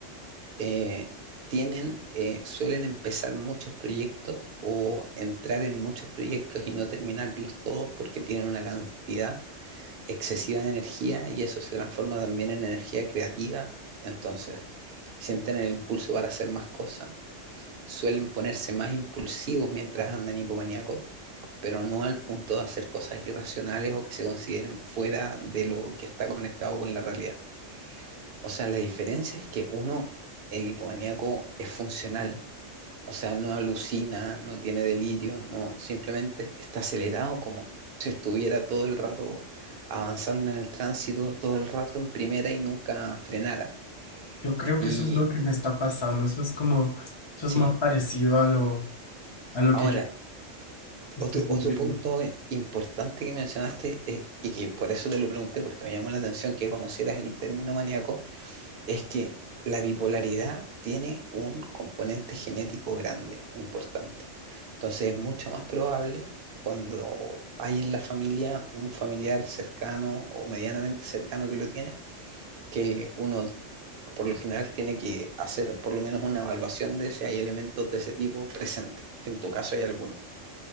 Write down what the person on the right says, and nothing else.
Eh, tienen, eh, suelen empezar muchos proyectos o entrar en muchos proyectos y no terminarlos todos porque tienen una cantidad excesiva de energía y eso se transforma también en energía creativa. Entonces, sienten el impulso para hacer más cosas. Suelen ponerse más impulsivos mientras andan hipomaníacos pero no al punto de hacer cosas irracionales o que se consideren fuera de lo que está conectado con la realidad. O sea, la diferencia es que uno, el hipomaníaco, es funcional. O sea, no alucina, no tiene delirios, no, simplemente está acelerado como si estuviera todo el rato avanzando en el tránsito, todo el rato en primera y nunca frenara.
Y
sí,
ahora
Otro,
otro punto importante que mencionaste, eh, y que por eso te lo pregunté, porque me llamó la atención que conocieras el término maníaco, es que la bipolaridad tiene un componente genético grande, importante. Entonces es mucho más probable cuando hay en la familia un familiar cercano o medianamente cercano que lo tiene, que uno por lo general tiene que hacer por lo menos una evaluación de si hay elementos de ese tipo presentes, que en tu caso hay algunos.